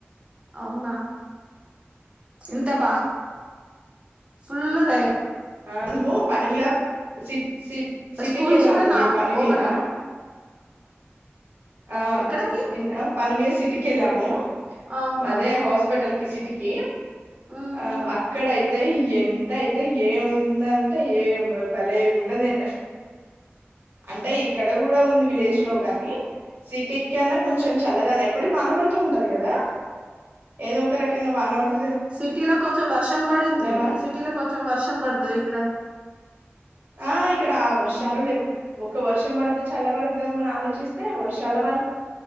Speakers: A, on the right (about 25°); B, on the right (about 55°).
A: అవునా ఎంత బా ఫుల్ ర
B: <unintelligible> సి సిటీకెళ్ళాము
A: స్కూల్స్ కూడా నా
B: మీ పని
A: ఓపెన్
B: మీద ఆ
A: ఎక్కడకి
B: నిన్న పని మీద సిటీకెళ్ళము
A: అవునా
B: అదే హోస్పెటల్ కి సిటికి
A: ఉమ్
B: ఆ అక్కడై తే ఎండ అయితే ఏముందంటే ఏం భ భలే ఉన్నది ఎండ అంటే ఇక్కడ గూడా ఉంది విలేజ్
A: అవును
B: లో గానీ సిటీ కన్నా కొంచెం చల్లగానే ఇప్పుడికీ వానబడుతూ ఉంటాది గదా ఏదో ఒక రకంగా వానపడుతు
A: సిటీలో కొంచెం వర్షం పడిందిగా
B: వా
A: సిటీలో కొంచెం వర్షం పడుతే ఇక్కడ
B: ఆ ఇక్కడా వర్షాలు
A: అవును
B: లేవు ఒక్క వర్ష్ ర్షం పడితే చల్లబడుతుదేమో అని ఆలోచిస్తే వర్షాల వల్